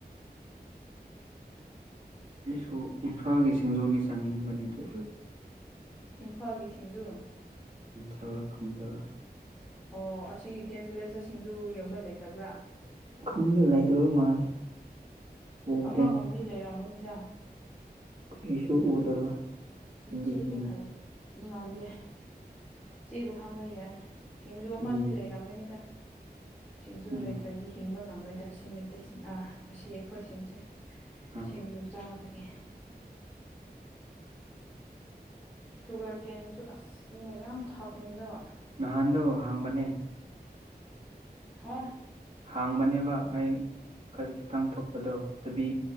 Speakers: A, on the right; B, in the centre.
A: ꯑꯩꯁꯨ ꯏꯝꯐꯥꯜꯒꯤ ꯁꯤꯡꯖꯨꯗꯤ ꯆꯥꯅꯤꯡꯕꯅꯦ ꯑꯗꯨ ꯑꯗꯨꯗ
B: ꯏꯝꯐꯥꯜꯒꯤ ꯁꯤꯡꯖꯨ
A: ꯊꯕ ꯐꯪꯗꯕ
B: ꯑꯣ ꯑꯁꯤ ꯒꯦꯝ ꯚꯤꯂꯦꯖ ꯁꯤꯡꯖꯨ ꯌꯣꯟꯕ ꯂꯩꯇꯕ꯭ꯔꯥ
A: ꯈꯪꯗꯦ ꯂꯩꯇꯕ ꯃꯥꯜꯂꯦ ꯎꯗꯦꯅꯦ
B: ꯑꯃꯒꯨꯝꯗꯤ ꯂꯩꯔꯝꯃꯣꯏꯅꯤꯗ
A: ꯀꯔꯤꯁꯨ ꯎꯗꯕ ꯍꯤꯡꯗꯤ
B: ꯏꯆꯦꯕꯨ
A: ꯌꯦꯡꯉꯤ
B: ꯍꯥꯏ ꯉꯥꯡꯒꯦ ꯏꯆꯦꯕꯨ ꯍꯥꯡꯕ ꯌꯥꯏ ꯁꯤꯡꯖꯨ ꯑꯃꯗꯤ
A: ꯎꯝ
B: ꯂꯩꯔꯝꯒꯅꯤꯗ ꯁꯤꯡꯖꯨ
A: ꯎꯝ
B: ꯂꯩꯇ꯭ꯔꯗꯤ ꯍꯤꯡꯕ ꯉꯝꯂꯣꯏ ꯗ ꯁꯤ ꯃꯩꯇꯩꯁꯤꯡ ꯑꯁꯤ ꯑꯩꯈꯣꯏꯁꯤꯡꯁꯦ
A: ꯎꯝ
B: ꯁꯤꯡꯖꯨ ꯆꯥꯕ ꯀꯦ ꯁꯨꯒꯔ ꯀꯦꯟꯁꯨ ꯑꯁ ꯑꯩꯅ ꯌꯥꯝ ꯊꯥꯛꯅꯤꯡꯗꯕ
A: ꯅꯍꯥꯟꯗꯨ ꯍꯥꯡꯕꯅꯦ
B: ꯍꯥ
A: ꯍꯥꯡꯕꯅꯦꯕ ꯑꯩ ꯈ ꯈꯤꯇꯪ ꯊꯣꯛꯄꯗꯣ ꯆꯕꯤ